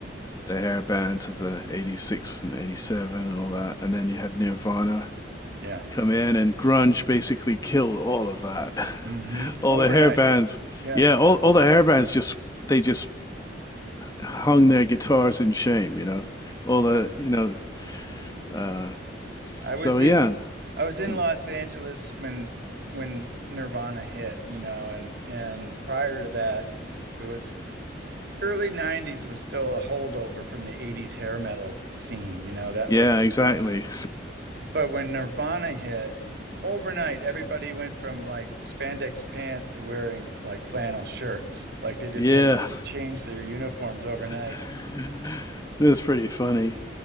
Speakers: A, on the left; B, on the right.
A: the hair bands of the '86 and '87 and all that, and then you had Nirvana
B: Yeah.
A: come in, and grunge basically killed all of that.
B: hmm
A: <laughs> all
B: Overnight.
A: the hair bands,
B: Yeah.
A: yeah, all all the hair bands just they just hung their guitars in shame, you know. All the
B: Yeah.
A: you know, uh,
B: I
A: so
B: was
A: yeah,
B: in I was in
A: um,
B: Los Angeles when when Nirvana hit, you know, and and prior to that, it was early 90s was still a holdover from the 80s hair metal scene, you know, that
A: yeah,
B: was
A: exactly,
B: but when Nirvana hit overnight everybody went from like spandex pants to wearing like flannel shirts. Like they just
A: <laughs>
B: had to
A: yeah.
B: change their uniforms overnight.
A: <laughs> That's pretty funny.